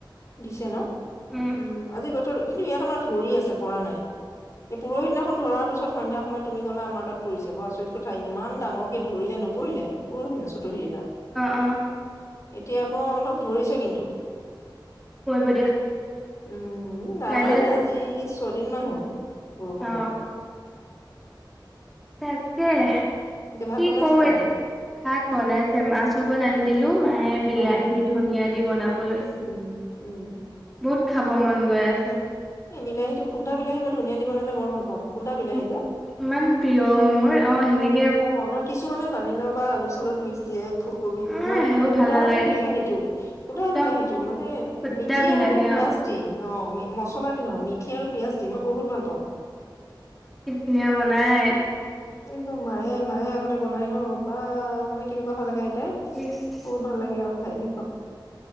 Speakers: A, on the left; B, in the centre.
A: দিছে ন'
B: অ
A: উম, আজি বতৰত- কিন্তু ইয়াত আমাৰ ধৰি আছে পৰা নাই এই পুৰহি দিনাখন ধৰা- তাৰ পিছত সন্ধা সময় তুমি কলা আমাৰ তাত পৰিছে, বৰ আচৰিত কথা ইমান ডাৰ কে ধৰিলে নপৰিলে। পুৰহিনা চতুৰ্শী দিনা
B: অ
A: এতিয়া আকৌ অলপ ধৰিছে কিন্তু।
B: কৰিব দিয়া।
A: উম, নাই
B: কাইলে
A: আজি ছয়দিন মান হ'ল বৰষুণ
B: অ
A: নাই।
B: তাকে,
A: এতিয়া ভাত
B: কি
A: বনাইছে
B: কৰো
A: মায়ে?
B: এতিয়া। ভাত বনাইছে মাছঅকন আনি দিলো, মায়ে- বিলাহী
A: অ
B: ধনিয়া দি বনাব লৈ
A: উম, উম, উম।
B: বহুত খাব মন গৈ আছে।
A: এই বিলাহীটো সুন্দা বিলাহী মই ধনীয়া দি বনালে বৰ ভাল পাওঁ সুন্দা বিলাহীটোৱে।
B: মোক ইমান প্ৰিয় মোৰ, অ' সেনে
A: অ' নহয় কিছুমানে বানি লাও বা আলু চালুত মিক্স দিয়ে। ফুলকবিত।
B: আহ
A: মই কিন্তু
B: সেইবোৰ
A: সুদা
B: ভাল নালাগে
A: যে বিলাহী দিওঁ। সুদা
B: একদম
A: বিলাহীটো মানে
B: সুদা
A: মিঠি
B: বিলাহী
A: আৰু পিয়াজ
B: অ
A: দি অ' মচলা নহয়, মিঠি আৰু পিয়াজ দি, মই বহুত ভাল পাওঁ।
B: কি ধুনীয়া বনাই।
A: এইটো মায়ে মায়ে আগতে বনাই ন' বা মানে কেনেকুৱা ভাল লাগে আইতাই
B: <unintelligible>
A: বহুত ভাল লাগে আৰু খাই সেইখন।